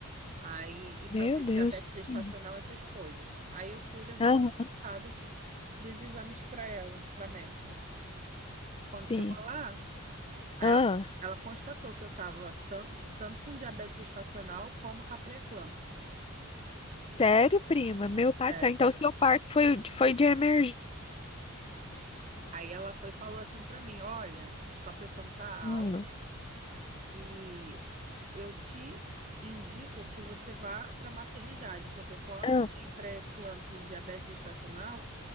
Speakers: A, on the right; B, on the left.
A: Aí e para
B: Meu
A: ver
B: Deus.
A: diabetes gestacional,
B: Sim.
A: essas coisas. Aí eu fui levar
B: Aham,
A: o resultado dos exames para ela, para médica. Quando
B: sim.
A: chegou lá Aí
B: Ah,
A: ela, ela constatou que eu estava tanto, tanto com diabetes gestacional como com a pré-eclâmpsia.
B: sério, prima? Meu pai
A: É.
B: do céu. Então, seu parto foi, foi de emergência.
A: Aí ela foi e falou assim para mim: Olha, sua pressão tá
B: Hum.
A: alta e eu te indico que você vá para maternidade, porque quando
B: Ah.
A: tem pré-eclâmpsia e diabetes gestacional,